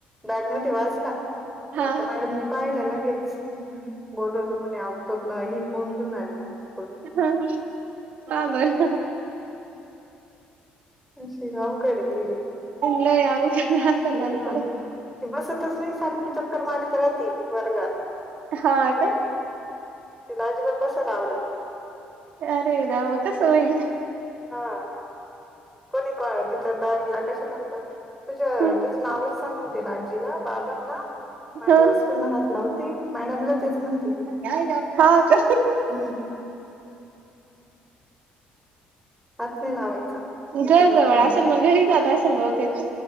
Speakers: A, in the centre; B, on the right.
A: बॅग मध्ये वाजला.
B: हा
A: म त्या मॅडमनी पाहिला लगेच. बोलवलं म्हणे अव तो ताई फोन घेऊन आल्या म्ह
B: हा बर.
A: अशी अवघडे ती लै
B: लय अवघड राहतात लहान
A: हा.
B: पोरं
A: ती बसतच नाही सारखी चक्कर मारीत राहते वर्गात.
B: हा का.
A: तिला अजिबात बसायला आवडत नाही
B: अरे राव कसं होईल.
A: हा कोणी तिच्या बॅगला कशाला तुझ
B: हा
A: तुझं नावच सांगून देईल आजीला बाबांना. माझ्या
B: हा
A: वस्तूंना हात लावते मॅडमलाच तेच म्हणते.
B: हा का.
A: हम्म हात नाही लावायचा
B: घरजवळ
A: तिच्या वस्तूंना
B: असेल मंग घरी जात असेल भवतेक.